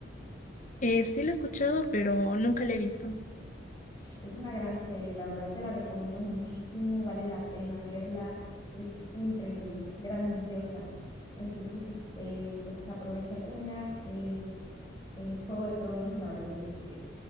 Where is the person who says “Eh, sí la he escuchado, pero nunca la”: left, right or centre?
Left